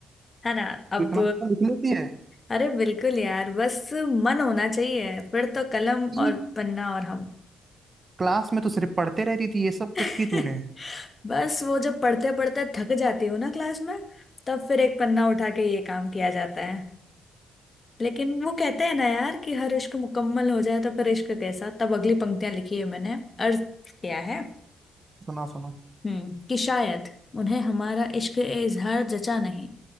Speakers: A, on the left; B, on the right.
A: है ना अब
B: तू इतना अच्छा लिख लेती है
A: अरे बिल्कुल यार बस मन होना चाहिए फिर तो कलम
B: कि
A: और पन्ना और हम
B: क्लास में तो सिर्फ पढ़ते रहती थी ये सब कब
A: <laughs>
B: की तूने
A: बस वो जब पढ़ते पढ़ते थक जाती हूँ ना क्लास में तब फिर एक पन्ना उठा के ये काम किया जाता है लेकिन वो कहते हैं ना यार कि हर इश्क मुकम्मल हो जाए तो फिर इश्क कैसा तब अगली पंक्तियां लिखी है मैंने अर्थ क्या है
B: सुना सुना
A: हम्म कि शायद उन्हें हमारा इश्क ए इजहार जचा नहीं